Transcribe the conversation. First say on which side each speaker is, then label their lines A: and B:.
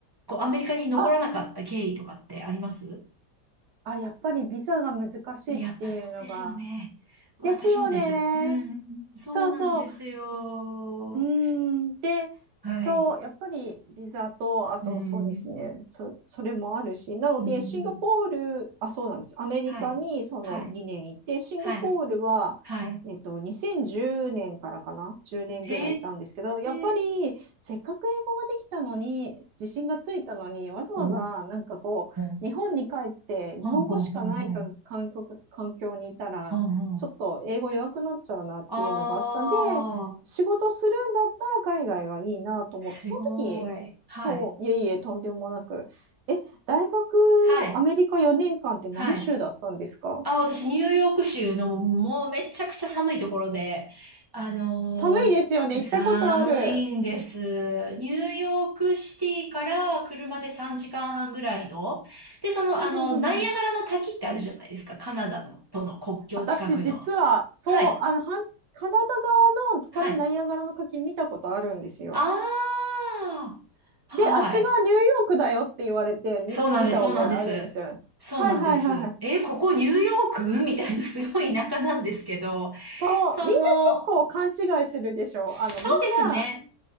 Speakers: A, on the right; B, on the right.
A: こう、アメリカに残らなかった経緯とかってあります
B: あ、あ、やっぱりビザが難しいっていうのが。
A: やっぱそうですよね。私もです。
B: ですよね。
A: うん、そうなんですよ。
B: そうそう。うーん、で、
A: はい。
B: そう、やっぱりビザと、あとそうですね、
A: うん。
B: そ、それもあるし、なので、
A: うん。
B: シンガポール、あ、そうなんです、アメリカにその2年いて、
A: はい。はい。
B: シンガポールは、
A: はい。はい。
B: えっと、2010年からかな、10年ぐらいいたんですけど、
A: へ
B: やっぱりせっかく英語ができたのに、
A: え。
B: 自信がついたのに、わざわざなんかこう、
A: おー。
B: 日本に帰って、
A: ほんほんほんほん。
B: 日本語しかないか環境、環境にいたら、
A: ほんほん。
B: ちょっと英語弱くなっちゃうなっていうのがあったんで、
A: あー。
B: 仕事するんだったら海外がいいなと思って、
A: すごい。
B: その時、
A: はい。
B: そう、いえいえ、とんでもなく、え、大学、
A: はい。
B: アメリカ4年間って何州だったんですか
A: はい。あ、私、ニューヨーク州のもうめちゃくちゃ寒いところで、あのー寒いんです。
B: 寒いですよね、行ったことある。
A: ニューヨークシティから車で3時間半ぐらいの。で、その、
B: ふんふんふんふん
A: あの、ナイアガラの滝ってあるじゃないですか。カナダのとの国境近くの。
B: 私、実は、そう、
A: はい。
B: あの、はんカナダ側のからナイアガラの滝見たことあるんですよ。
A: はい。ああ。はい。
B: で、あっちがニューヨークだよって言われて見、
A: そうなんです。
B: 見た覚えあるんですよ。
A: そうなんです。そうなんです。
B: はいはいはいはい。
A: え、ここニューヨークみたいなすごい田舎なんですけど、
B: そう、
A: その、
B: みんな結構勘違いするでしょ。
A: そうですね。
B: あの、みんな、